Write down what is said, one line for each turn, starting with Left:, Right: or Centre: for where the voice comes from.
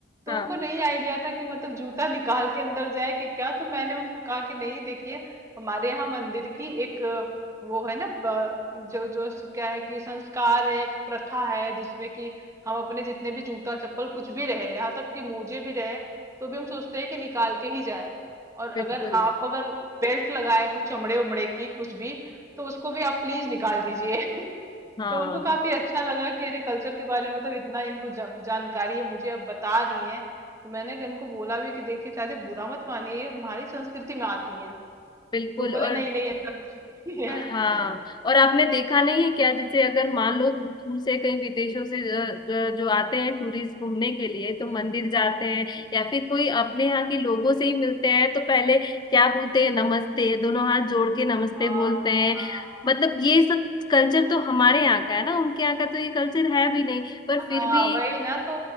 Right: तो
Left: हाँ
Right: उनको नहीं आईडिया था कि मतलब जूता निकाल के अंदर जाए कि क्या, तो मैंने उनको कहा कि नहीं देखिए हमारे यहाँ मंदिर की एक अ, वो है ना प जो जो स क्या है कि संस्कार है, एक प्रथा है जिसमें कि हम अपने जितने भी जूता-चप्पल कुछ भी रहे, यहाँ तक कि मोजे भी रहे, तो भी हम सोचते हैं कि निकाल के ही जाएँ। और अगर
Left: बिल्कुल
Right: आप अगर बेल्ट लगाए हो चमड़े-वमड़े की कुछ भी, तो उसको भी आप प्लीज निकाल दीजिए <laughs>
Left: हाँ
Right: तो उनको काफी अच्छा लगा कि अरे कल्चर के बारे में मतलब इतना इनको जा, जानकारी है मुझे अब बता रही हैं तो मैंने इनको बोला भी कि देखिए चाहते बुरा मत मानिए ये हमारी संस्कृति में आती है
Left: बिल्कुल
Right: तो बोले
Left: और
Right: नहीं नहीं ऐसा कुछ नहीं है
Left: हाँ
Right: <laughs>
Left: और आपने देखा नहीं है क्या जैसे अगर मान लो दू- दूर से कहीं विदेशों से अ, अ, जो आते हैं टूरिस्ट घूमने के लिए तो
Right: हम्म,
Left: मंदिर जाते हैं या फिर कोई अपने यहाँ के लोगों से ही मिलते हैं तो पहले क्या बोलते हैं नमस्ते दोनों हाथ जोड़ के नमस्ते
Right: हाँ
Left: बोलते हैं
Right: हाँ
Left: मतलब
Right: हाँ
Left: ये सब कल्चर तो हमारे यहाँ का है ना उनके यहाँ का तो ये कल्चर है भी नहीं पर
Right: हाँ
Left: फिर भी
Right: वही ना तो